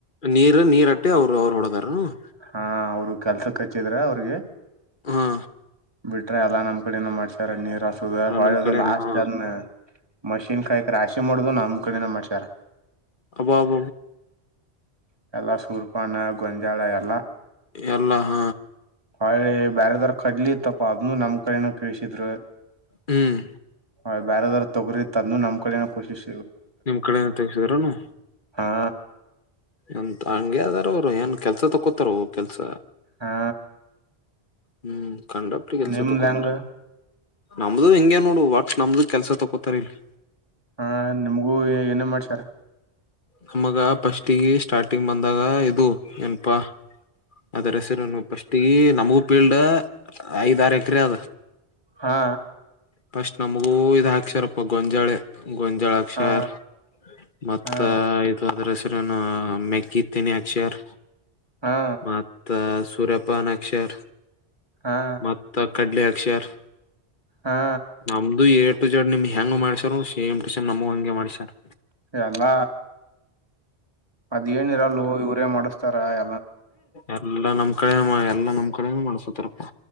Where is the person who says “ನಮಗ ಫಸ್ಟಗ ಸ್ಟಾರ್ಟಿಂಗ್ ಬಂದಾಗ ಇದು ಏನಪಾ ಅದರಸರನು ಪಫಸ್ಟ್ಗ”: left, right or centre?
Left